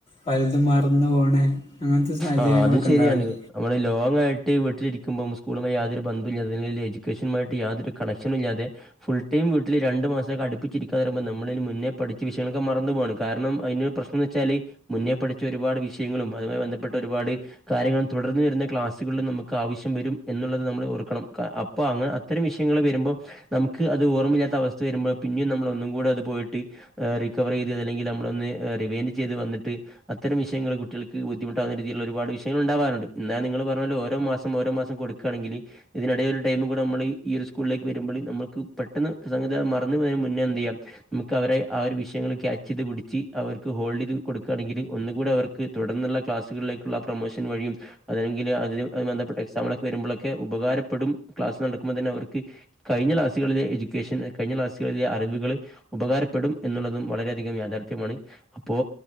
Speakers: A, on the left; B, in the centre.
A: പൽതും മറന്ന്പോണേ അങ്ങനത്തെ സാഹചര്യങ്ങളെക്കെ
B: ആഹ് അതും ശരിയാണ്
A: ഇണ്ടാവല്ലോ
B: നമ്മള് ലോങ് ആയിട്ട് വീട്ടിലിരിക്കുമ്പം സ്കൂളുമായി യാതൊരു ബന്ധ മില്ലാതെ അല്ലെങ്കില് എഡ്യുക്കേഷനുമായിട്ട് യാതൊരു കണക്ഷനുമില്ലാതെ ഫുൾ ടൈം വീട്ടില് രണ്ട് മാസക്കെ അടിപ്പിച്ചിരിക്കാന്ന് പറേമ്പം നമ്മള്ന് മുന്നേ പഠിച്ച വിഷയങ്ങളൊക്കെ മറന്ന് പോവാണ് കാരണം അയിനൊരു പ്രശ്നംന്ന് വെച്ചാല് മുന്നേ പഠിച്ച ഒരുപാട് വിഷയങ്ങളും അതുമായി ബന്ധപ്പെട്ട ഒരുപാട് കാര്യങ്ങളും തുടർന്ന് വരുന്ന ക്ലാസ്സുകളിലും നമുക്ക് ആവശ്യം വരും എന്നുള്ളത് നമ്മൾ ഓർ ക്കണം ക അപ്പൊ അങ്ങ അത്തരം വിഷയങ്ങള് വരുമ്പോ നമുക്ക് അത് ഓർമ്മില്ലാത്ത അവസ്ഥ വരുമ്പോ പിന്നെയും നമ്മള് ഒന്നും കൂടെ അത് പോയിട്ട് റിക്കവറ് യ്ത് അത് അല്ലെങ്കിൽ നമ്മളൊന്ന് റിവൈന്റ് ചെയ്ത് വന്നിട്ട് അത്തരം വിഷയങ്ങള് കുട്ട്യൾ ൾക്ക് ബുദ്ധിമുട്ടാവുന്ന രീതിയിലുള്ള ഒരുപാട് വിഷയങ്ങൾണ്ടാവാറുണ്ട് എന്നാ നിങ്ങള് പറഞ്ഞപോലെ ഓരോ മാസം ഓരോ മാസം കൊടുക്കാണെങ്കില് ഇതിനിടയിൽ രു ടൈം കൂടെ നമ്മള് ഈ ഒരു സ്കൂളിലേക്ക് വരുമ്പള് നമ്മക്ക് പെട്ടെന്ന് സംഗതി മറന്ന് പോയ മുന്നേ എന്ത് ചെയ്യാം മുക്ക് അവരെ ആ ഒരു വഷയങ്ങള് ക്യാച്ച് ത് പുടിച്ച് അവർക്ക് ഹോൾഡ്യ്ത് കൊടുക്കാണെങ്കില് ഒന്ന് കൂടി അവർക്ക് തുടർന്നുള്ള ക്ലാസുകളിലേക്കുള്ള ആ പ്രൊമോഷൻ വഴിയും അല്ലെങ്കില് അതിനുമായി ബന്ധപ്പെട്ട എക്സാമുകളൊക്കെ വരുമ്പോളൊക്കെ ഉപകാരപ്പെടും ക്ലാസ് നടക്കുമ്പോ തന്നെ അവർക്ക് കഴിഞ്ഞ ക്ലാസുകളിലെ എഡ്യുക്കേഷൻ കഴിഞ്ഞ ക്ലാസ്സുകളിലെ അറിവുകള് ഉപകാരപ്പെടും എന്നുള്ളതും വളരെയധികം യാഥാർത്ഥ്യമാണ് അപ്പോ